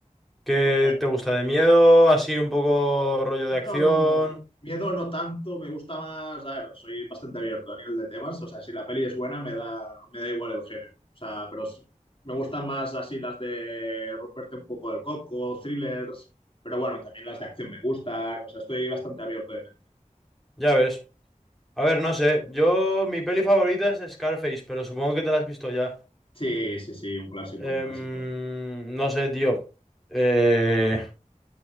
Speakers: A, in the centre; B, on the left.
A: ¿Qué
B: A ver,
A: te gusta de miedo? Así un poco rollo de acción.
B: No, miedo no tanto, me gusta más, a ver, soy bastante abierto a nivel de temas, o sea, si la peli es buena me da, me da igual el género, o sea, pero s- me gustan más así las de romperte un poco el coco, thrillers, pero bueno, también las de acción me gustan, o sea, estoy bastante abierto de mente.
A: Ya ves. A ver, no sé. Yo, mi peli favorita es Scarface, pero supongo que te la has visto ya.
B: Sí, sí, sí, un clásico,
A: Em,
B: un clásico.
A: no sé, tío. Eh,